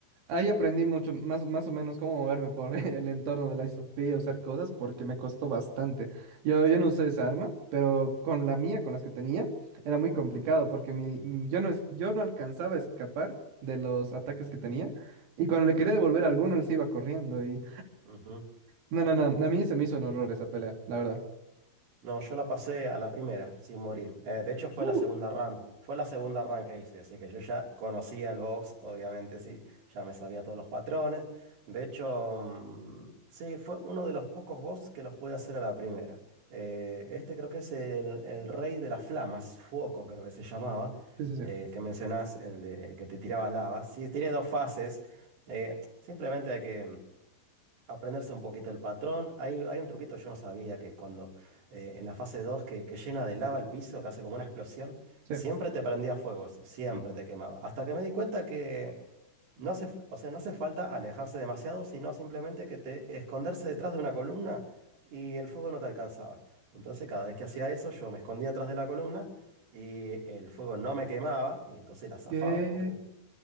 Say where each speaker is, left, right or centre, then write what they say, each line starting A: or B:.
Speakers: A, on the right; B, on the right.
A: Ahí aprendí mucho, más, más o menos cómo moverme por <laughs> el entorno de la Sofía, usar cosas, porque me costó bastante. Yo,
B: Sí.
A: yo no usé esa arma, pero con la mía, con las que tenía, era muy complicado,
B: Mm,
A: porque mi- mm, yo no, es- yo no alcanzaba a escapar de los ataques que tenía, y cuando le quería devolver a alguno, él se iba corriendo, y...
B: ujú.
A: No, no, no, a mí se me hizo un horror esa pelea, la verdad.
B: No, yo la pasé a la primera, sin morir. Eh, de hecho, fue
A: Uh,
B: la segunda run. Fue la segunda run que hice, así que yo ya conocía el box, obviamente sí, ya me sabía todos los patrones. De hecho, mm, sí, fue uno de los pocos boss que los pude hacer a la primera. Eh, este creo que es el, el rey de las flamas, Fuoco creo que se llamaba,
A: Sí, sí, sí.
B: eh, el que mencionás, el, de- el que te tiraba lava. Sí, tiene dos fases. eh, simplemente hay que aprenderse un poquito el patrón. Hay, hay un truquito, yo no sabía que cuando eh, en la fase 2 que, que llena de lava el piso, que hace como una explosión,
A: Sí.
B: siempre te prendía fuego, ese, siempre te quemaba. Hasta que me di cuenta que no hace, f- o sea, no hace falta alejarse demasiado, sino simplemente que te esconderse detrás de una columna y el fuego no te alcanzaba. Entonces cada vez que hacía eso, yo me escondía atrás de la columna y el fuego no me quemaba y entonces la zafaba,
A: ¿Qué?
B: porque...